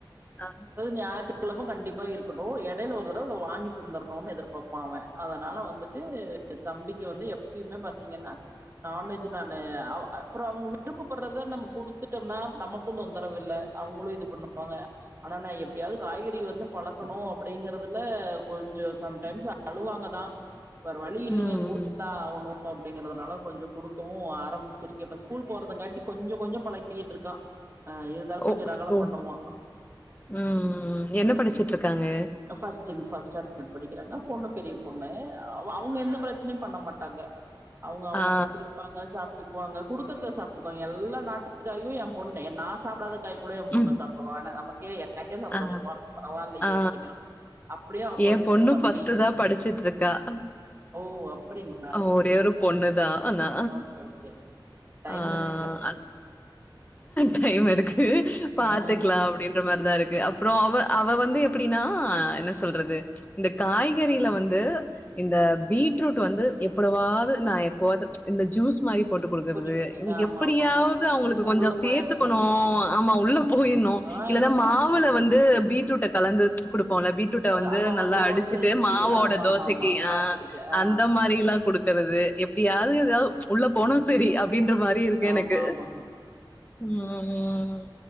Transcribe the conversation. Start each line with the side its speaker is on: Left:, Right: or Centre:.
Left: ஆ
Right: ஞாயித்துக்கெளம கண்டிப்பா இருக்கட்டு எடையில ஒரு தடவ வாங்கி தந்தரனுனு எதிர்பாப்பா அவ அதனால வந்துட்டு தம்பிக்கு வந்து எப்பயுமே பாத்தீங்கன்னா நான்வெஜ் நானு அ அப்றோ அவுங்க விருப்ப பட்றது றத நம்ம குடுத்துட்டம்னா நமக்கு தொந்தரவு இல்ல அவங்களு இது பண்ணுவாங்க ஆனா நா எப்டியாவது காய்கறி வந்து பழக்கணு அப்டிங்கறதுல கொஞ்சோ சம்டைம்ஸ் அழுவாங்கதா வேற வழி இல்லீங்க
Left: ம்
Right: குடுத்துதா
Left: ம்
Right: ஆகனு அப்டிங்கறதுனால கொஞ்சோ குடுக்கவு ஆரம்பிச்சிருக்கே இப்ப ஸ்கூல் போறதுங்காட்டி கொஞ்சோ கொஞ்சோ பழகிட்ருக்கா அ இருந்தாலு கொஞ்சோ
Left: ஓ
Right: ரகல
Left: ஸ் ஓ
Right: பண்ணுவா
Left: ம் என்ன படிச்சிட்டு இருக்காங்க
Right: ஃபஸ்ட்ங்‌ ஃபஸ்ட் சாண்டோடு படிக்கிறாங்க பொண்ணு பெரிய பொண்ணு அவுங்க எந்த பிரச்சனையு பண்ண மாட்டாங் டாங்க அவுங்க அவுங்க
Left: ஆ
Right: பாட்டுக்கு இருப்பாங்க சாப்டுக்குவாங்க குடுக்கறத சாப்டுக் வாங்க எல்லா நாட்டுக்காயு என் பொண்ணு நா சாப்டாத காய் கூட என் பொண்ணு
Left: ம்
Right: சாப்டுவ ஆனா நமக்கே எ எனக்கே சந்தோஷமா
Left: ஆ
Right: இருக்கு பரவால்லயே
Left: ஆ
Right: அப்டிங்கற மாரி அப்டியே ஆப்போசிட்டு
Left: என் பொண்ணு
Right: தம்பி
Left: ஃபர்ஸ்ட்டு தான் படிச்சிட்டு இருக்கா
Right: ஓ அப்டிங்
Left: ஒரே ஒரு பொண்ணுதா ஆனா
Right: ஓகே ஓகே டைம்
Left: ஆ
Right: இருக்குல்ல
Left: டைம் இருக்கு பாத்துக்கலா
Right: ஆ
Left: அப்டின் அந்த மாரிதா இருக்கு அப்றோ அவ அவ வந்து எப்டின்னா என்ன சொல்றது இந்த காய்கறில வந்து இந்த பீட்ரூட் வந்து எப்படுவாவ்து நா எப்பவது இந்த ஜூஸ் மாரி போட்டு கொடுக்கறது
Right: புரிது புரிது
Left: இவங்க
Right: ஆமா
Left: எப்டியாவது
Right: ஆமா ஆமா
Left: அவ்ங்கள்க்கு கொஞ்சோ
Right: உள்ள
Left: சேத்துக்கனு
Right: போயர்
Left: ஆமா உள்ள போய்ர்ணு
Right: ஆ
Left: இல்லன்னா மாவுல
Right: ஆமா
Left: வந்து பீட்ரூட்ட கலந்து குடுப்போல பீட் ரூட்ட வந்து
Right: ஆமாமா
Left: நல்லா
Right: தோசைக்கு
Left: அடிச்சுட்டு மாவோட
Right: ஆமா
Left: தோசைக்கு
Right: ஆமா ஆமா பாத்திருக்கே
Left: ஆ
Right: ஆ
Left: அந்த மாரிலா குடுக்கறது எப்டியாவது ஏதா உள்ள போனா சரி அப்டின்ற மாரி இருக்கு
Right: ஆமா
Left: எனக்கு
Right: ஆமாங்க
Left: ம்